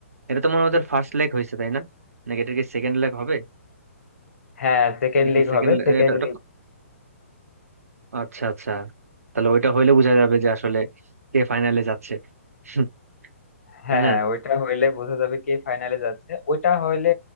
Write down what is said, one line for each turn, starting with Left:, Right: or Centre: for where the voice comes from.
Right: এটা তো মনে হয় ওদের ফার্স্ট লেগ হয়েছে তাই না নাকি এটা কি সেকেন্ড লেগ হবে
Left: হ্যাঁ সেকেন্ড
Right: নাকি
Left: লিগ
Right: সেকেন্ড
Left: হবে সেকেন্ড
Right: এটা এটা আচ্ছা আচ্ছা তাহলে ওইটা হইলে বোঝা যাবে যে আসলে কে ফাইনালে যাচ্ছে <laughs>
Left: হ্যাঁ হ্যাঁ,
Right: তাই না
Left: ওইটা হইলে বোঝা যাবে কে ফাইনালে যাচ্ছে ওইটা হইলে